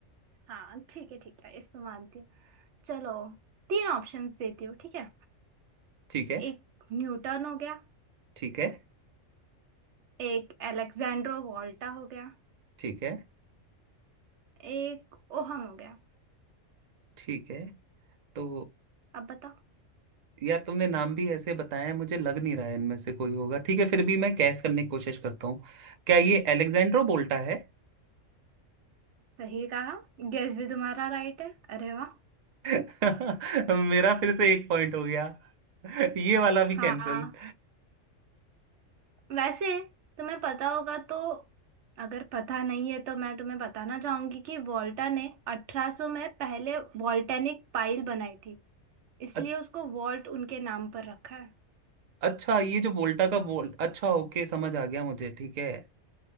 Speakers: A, on the right (about 70°); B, on the right (about 55°).
A: हाँ ठीक है ठीक है इस पे मानती हूँ चलो तीन ऑप्शंस देती हूँ ठीक है
B: ठीक है
A: एक न्यूटन हो गया
B: ठीक है
A: एक अलेक्जेंड्रो वोल्टा हो गया
B: ठीक है
A: एक ओहम हो गया
B: ठीक है तो
A: अब बताओ
B: यार तुमने नाम भी ऐसे बताया है, मुझे लग नहीं रहा है इनमें से कोई होगा ठीक है फिर भी मैं कैस करने की कोशिश करता हूँ क्या ये एलेक्जेंड्रो बोल्टा है
A: सही कहा गेस भी तुम्हारा राइट है अरे वाह
B: <laughs> मेरा फिर से एक पॉइंट हो गया <laughs> ये वाला भी
A: हाँ
B: कैंसिल
A: वैसे तुम्हें पता होगा तो अगर पता नहीं है तो मैं तुम्हें बताना चाहूंगी कि वॉल्टा ने 1800 में पहले वॉल्टेनिक पाइल बनाई थी इसलिए
B: अ-
A: उसको वॉल्ट उनके नाम पर रखा है
B: अच्छा ये जो वोल्टा का वोल्ट अच्छा ओके समझ आ गया मुझे ठीक है